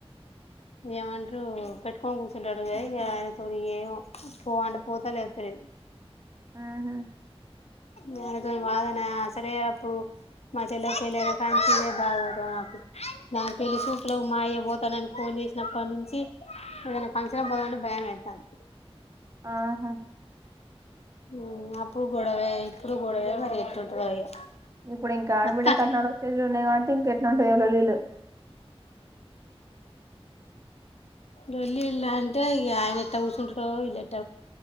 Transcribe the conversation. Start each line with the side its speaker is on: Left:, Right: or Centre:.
Left: ఏమంట్రు పెట్టుకొని కూర్చుంటాడు ఆయన తో ని ఏమో పో అంటే పోత లేదంటే లేదు
Right: ఆహా
Left: దానితోని వాదనే అసలే అప్పుడు మ తెలే తెలేదు కానీ చూసే బాధ అయితాంది నాకు దానికి పెళ్లి చూపులకు మా అయ్య పోతానుని ఫోన్ చేసినప్పటి నుంచి ఏదైనా ఫంక్షన్ పోదామంటే భయం అయితాంది
Right: ఆహా
Left: మ్మ్ అప్పుడు గొడవే ఇప్పుడు గొడవే మరి ఎట్టుంటదో ఇగ
Right: ఇప్పుడు ఇంకా ఆడబిడ్డ
Left: మొత్తం
Right: కన్నాలు వచ్చే ఉన్నాయి కాబట్టి ఇంకెట్లా ఉంటాయో లొల్లీలు
Left: లొల్లిలంటే అయి ఇగ ఆయన ఎట్ట కూసుంటడో ఎట్ట